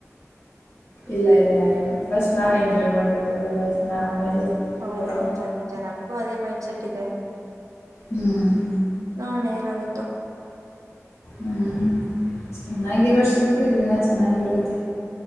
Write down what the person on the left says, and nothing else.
ಇಲ್ಲ ಇಲ್ಲ ಇಲ್ಲ ಫಸ್ಟ್ ನಾವ್ ಎಂಜಾಯ್ ಮಾಡ್ಬೇಕಲ್ಲ ಲೈಫ್ ನ ಆಮೇಲೆ
ಕೊಡೋ
ಹ್ಮ್
ಹ್ಮ್ ಚೆನ್ನಾಗಿರೋಸತ್ರ ಜೀವನ ಚೆನ್ನಾಗಿರುತ್ತೆ